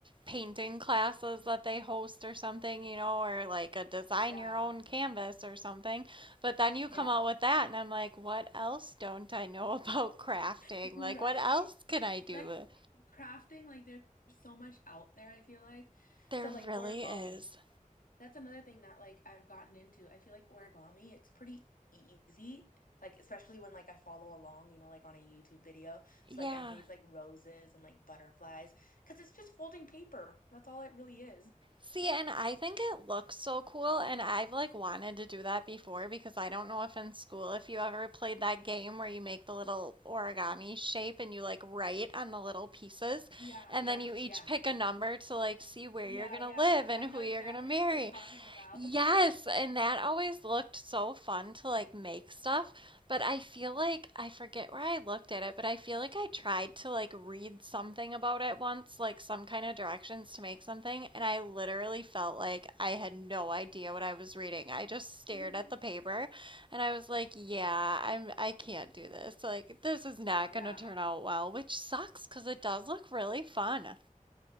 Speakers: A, on the right; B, on the left.
A: painting classes that they host or something, you know, or like a design
B: Yeah.
A: your own canvas or something. But then you
B: Yeah.
A: come out with that, and I'm like, what else don't I know <laughs> about crafting?
B: Right?
A: Like, what else can I do?
B: Like crafting, like there's so much out there, I feel like.
A: There
B: So like
A: really
B: origami.
A: is.
B: That's another thing that like I've gotten into. I feel like origami, it's pretty easy. Like especially when like I follow along, you know, like on a YouTube video.
A: Yeah.
B: So like I've made like roses and like butterflies because it's just folding paper. That's all it really is.
A: See, and I think it looks so cool, and I've like wanted to do that before because I don't know if in school if you ever played that game where you make the little origami shape and you like write on the little pieces,
B: Yeah,
A: and
B: yeah,
A: then you each
B: yeah.
A: pick a number to like see where
B: Yeah,
A: you're gonna
B: yeah.
A: live and
B: I
A: who
B: know
A: you're
B: exactly
A: gonna marry
B: what you're talking about.
A: Yes, and that always looked so fun to like make stuff, but I feel like I forget where I looked at it, but I feel like I tried to like read something about it once, like some kind of directions to make something, and I literally felt like I had no idea what I was reading. I just stared
B: <laughs>
A: at the paper and I was like, yeah, I'm I can't do this. Like this is not
B: Yeah.
A: going to turn out well, which sucks 'cause it does look really fun.